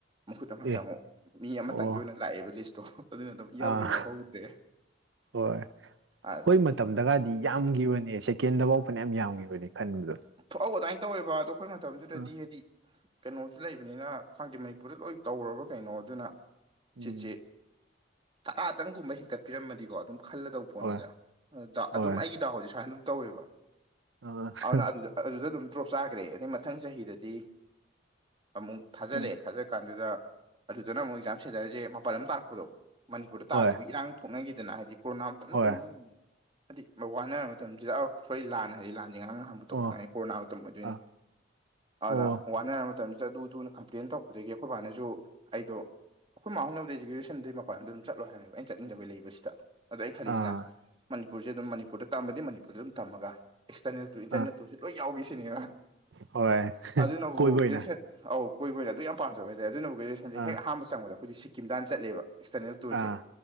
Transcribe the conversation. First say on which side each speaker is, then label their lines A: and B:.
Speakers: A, on the right; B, on the right.
A: ꯃꯈꯨꯠ ꯑꯃ
B: ꯑꯦ
A: ꯆꯪꯉꯨ ꯃꯤ ꯑꯃꯇꯪꯒꯤ
B: ꯑꯣ
A: ꯑꯣꯏꯅ ꯂꯥꯛꯑꯦꯕ ꯂꯤꯁꯇꯣ ꯑꯗꯨꯅ ꯑꯗꯨꯝ ꯏꯌꯥꯎꯗ
B: ꯑꯥ
A: ꯌꯥꯎꯍꯧꯗ꯭ꯔꯦ
B: ꯍꯣꯏ ꯑꯩꯈꯣꯏ
A: ꯑꯗꯒꯤ
B: ꯃꯇꯝꯗꯒꯗꯤ ꯌꯥꯝꯈꯤꯕꯅꯦ ꯁꯦꯀꯦꯟꯗꯐꯥꯎ ꯐꯅ ꯌꯥꯝꯒꯤꯕꯅꯦ ꯈꯟꯕꯗꯣ
A: ꯊꯣꯛꯍꯧ ꯑꯗꯨꯃꯥꯏꯅ ꯇꯧꯋꯦꯕ ꯑꯗꯣ ꯑꯩꯈꯣꯏ ꯃꯇꯝꯗꯨꯗꯗꯤ
B: ꯑ
A: ꯍꯥꯏꯗꯤ ꯀꯩꯅꯣꯁꯨ ꯂꯩꯕꯅꯤꯅ ꯈꯪꯗꯦ ꯃꯅꯤꯄꯨꯔꯗ ꯂꯣꯏ ꯇꯧꯔꯕ꯭ꯔꯥ ꯀꯩꯅꯣ ꯑꯗꯨꯅ
B: ꯎꯝ
A: ꯁꯤꯠꯁꯦ ꯇꯔꯥꯗꯪꯒꯨꯝꯕ ꯍꯦꯟꯀꯠꯄꯤꯔꯝꯃꯗꯤꯀꯣ ꯑꯗꯨꯝ ꯈꯜꯂꯗꯧꯕ ꯄꯣꯠꯅꯤꯗ
B: ꯍꯣꯏ
A: ꯗꯥꯎ
B: ꯍꯣꯏ
A: ꯑꯗꯨꯝ ꯑꯩꯒꯤ ꯗꯥꯎꯁꯦ ꯁꯨꯃꯥꯏꯅ ꯑꯗꯨꯝ ꯇꯧꯋꯦꯕ
B: <inaudible>
A: ꯑꯗꯨꯅ ꯑꯗꯨꯗ ꯑꯗꯨꯗꯗꯨꯝ ꯗ꯭ꯔꯣꯞ ꯆꯥꯈ꯭ꯔꯦ ꯑꯗꯩ ꯃꯊꯪ ꯆꯍꯤꯗꯗꯤ ꯑꯃꯨꯛ ꯊꯥꯖꯤꯜꯂꯛꯑꯦ
B: ꯎꯝ
A: ꯊꯥꯖꯜ ꯀꯥꯟꯗ ꯑꯗꯨꯗꯅ ꯑꯃꯨꯛ ꯑꯦꯛꯖꯥꯝ ꯁꯦꯟꯇꯔꯁꯦ ꯃꯄꯥꯟ ꯂꯥꯝꯗ ꯇꯥꯔꯛꯄꯗꯣ ꯃꯅꯤꯄꯨꯔꯗ
B: ꯍꯣꯏ
A: ꯇꯥꯗꯕꯤ ꯏꯔꯥꯡ ꯊꯣꯛꯅꯈꯤꯗꯅ ꯍꯥꯏꯗꯤ ꯀꯣꯔꯣꯅꯥ ꯑꯃꯇꯝꯂ
B: ꯍꯣꯏ
A: ꯀꯩꯅꯣꯝ ꯍꯥꯏꯗꯤ ꯋꯥꯅꯔ ꯃꯇꯝꯁꯤꯗ ꯑꯥ ꯁꯣꯔꯔꯤ ꯂꯥꯟ ꯍꯥꯏꯔꯦ ꯂꯥꯟꯗꯤ ꯉꯔꯥꯡ ꯅꯍꯥꯟ
B: ꯑꯣ
A: ꯈꯪꯉꯦ ꯀꯣꯔꯣꯅꯥ ꯃꯇꯝ ꯑꯣꯏꯗꯣꯢꯅꯦ
B: ꯑ
A: ꯑꯗꯨꯗ
B: ꯑꯣ
A: ꯋꯥꯟꯅꯔ ꯃꯇꯝꯁꯤꯗ ꯑꯗꯨ ꯗꯨ ꯀꯝꯄ꯭ꯂꯦꯟ ꯇꯧꯔꯛꯄꯗꯒꯤ ꯑꯩꯈꯣꯏꯕꯥꯅꯁꯨ ꯑꯩꯗꯣ ꯑꯩꯈꯣꯏ ꯃꯥꯥꯍꯣꯢꯅꯕꯨꯗꯤ ꯑꯩꯖꯦ ꯒ꯭ꯔꯦꯖꯣꯢꯠꯁꯟꯗꯤ ꯃꯄꯥꯟ ꯂꯥꯝꯗ ꯑꯗꯨꯝ ꯆꯠꯂꯣ ꯍꯥꯏꯕꯅꯦꯕ ꯑꯩꯅ ꯆꯠꯅꯤꯡꯗꯩ ꯂꯩꯕ ꯁꯤꯗ ꯑꯗꯣ ꯑꯩꯩꯅ ꯈꯜꯂꯤꯁꯤꯅ
B: ꯑꯥ
A: ꯃꯅꯤꯄꯨꯔꯁꯦ ꯑꯗꯨꯝ ꯃꯅꯤꯄꯨꯔꯗ ꯇꯝꯕꯗꯤ ꯃꯅꯤꯄꯨꯔꯗ ꯑꯗꯨꯝ ꯇꯝꯃꯒ ꯑꯦꯛꯁꯇꯔꯅꯦꯜ ꯇꯨ ꯏꯟꯇꯔꯅꯦꯠ
B: ꯑꯥ
A: ꯌꯥꯎꯒꯦꯁꯤꯅꯦꯕ
B: ꯍꯣꯏ
A: ꯑꯗꯨꯅꯕꯨ
B: ꯀꯣꯏꯕ ꯑꯣꯏꯅ
A: ꯒ꯭ꯔꯦꯖꯨꯌꯦꯁꯟ ꯑꯧ ꯀꯣꯏꯕꯡꯑꯗꯨ ꯌꯥꯝ ꯄꯥꯝꯖꯕ ꯍꯥꯏꯇꯥꯔꯦ ꯑꯗꯨꯅꯕꯨ ꯒ꯭ꯔꯦꯖꯨꯋꯦꯁꯟꯁꯦ
B: ꯑꯥ
A: ꯍꯦꯛ ꯑꯍꯥꯟꯕ ꯆꯪꯕꯗ ꯑꯩꯈꯣꯏ ꯁꯤꯀꯤꯝꯗ ꯍꯟꯅ ꯆꯠꯂꯦꯕ ꯑꯦꯛꯇꯔꯅꯦꯜ ꯇꯨꯔꯁꯦ
B: ꯑꯥ